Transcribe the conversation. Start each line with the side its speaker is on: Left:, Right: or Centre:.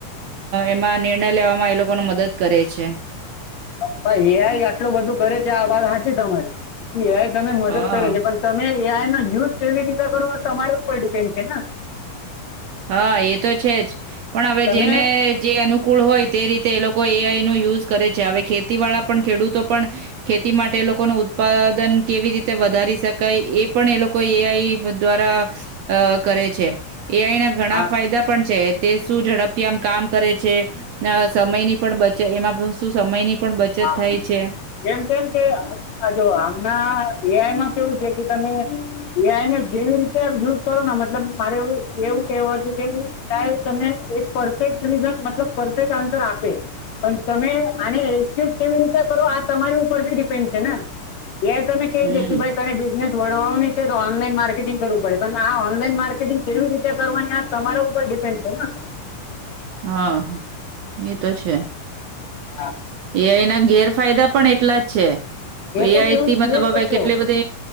Right: એમાં નિર્ણય લેવામાં એ લોકોને મદદ કરે છે.
Left: પર એ આઈ આટલું બધું કરે છે આ વાત હાચી તમારી. શું એ આઈ તમે મદદ
Right: હા.
Left: કરે છે પણ તમે એ આઈ ના યુઝ કેવી રીતે કરો તમારી ઉપર ડિપેન્ડ છે ના.
Right: હા એ તો છે જ. પણ હવે
Left: તમે
Right: જેને જે અનુકૂળ હોય તે રીતે તે એ લોકો એઆઈ નો યુઝ કરે છે. હવે ખેતી વાળા પણ, ખેડૂતો પણ, ખેતી માટે એ લોકો નો ઉત્પાદન કેવી રીતે વધારી શકાય, એ પણ એ લોકો અહ એ આઈ દ્વારા અહ કરે છે. એ આઈ ના ઘણા
Left: હા
Right: ફાયદા પણ છે. તે શું ઝડપથી આમ કામ કરે છે. ના સમયની પણ બચ, એમાં પણ શું સમયની પણ બચત
Left: હા,
Right: થાય છે.
Left: એમ કેમ કે તે આહ જો આ એમ ના, એ આઈમાં કેવું છે કે તમે એ આઈને જેવી રીતે યુઝ કરો, મતલબ મારે એવું એવું કહેવાય છે કે, એ આઈ તને એક પરફેક્ટ રીઝન, મતલબ પરફેક્ટ આન્સર આપે. પણ તમે આને એ છે કેવી રીતે કરો, આ તમારી ઉપર ભી ડિપેન્ડ છે ને. ત્યાં તમે છે
Right: હમ્મ.
Left: દે કે ભાઈ તને બિઝનેસ વળવાની છે, તો ઓનલાઈન માર્કેટિંગ કરવું પડે. પણ આ ઓનલાઈન માર્કેટિંગ કેવી રીતે કરવાની, આ તમારા ઉપર ડિપેન્ડ છે ના.
Right: હા, હ. એ તો છે.
Left: હા.
Right: એ આઈ ના ગેરફાયદા પણ એટલા જ છે. એ
Left: તો
Right: આઈ
Left: કેવું
Right: થી, મતલબ
Left: એ જ
Right: હવે
Left: તો કેવું
Right: કેટલી બધે